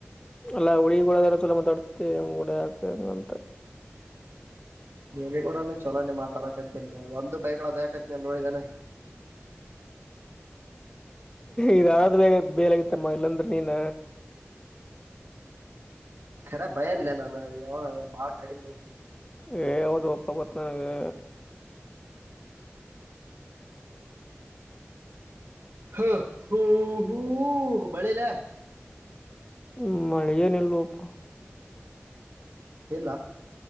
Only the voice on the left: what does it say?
ಅಲ್ಲಾ ಹುಡಿಕೂಡದಾರ ಚಲೋ ಮಾತಾಡ್ತಿಂಗ್ ಗೂಡ ಹಾಕ್ಂಗಂತ
ಇದ ಯಾರ್ದ ಬೇಗ ಬೇಲಗತ್ತಮ್ಮ ಇಲ್ಲಾಂದ್ರೆ ನೀನ
ಏ ಯಾವದು ಒಪ್ಪ ಗೊತ್ತ ನನಗೆ
ಹ್ಮ ಮಳೆ ಏನಲ್ವಪ್ಪ